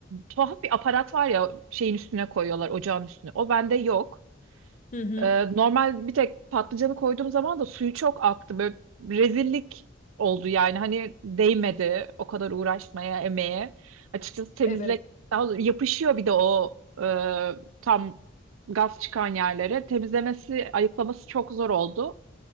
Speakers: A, on the right; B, on the left.
A: tuhaf bir aparat var ya şeyin üstüne koyuyorlar ocağın üstüne. O bende yok.
B: Hı hı.
A: Ee, normal bir tek patlıcanı koyduğum zaman da suyu çok aktı. Böyle rezillik oldu yani. Hani değmedi o kadar uğraşmaya, emeğe. Açıkçası temizle
B: Evet.
A: daha doğrusu yapışıyor bir de o e, tam gaz çıkan yerlere. Temizlemesi, ayıklaması çok zor oldu.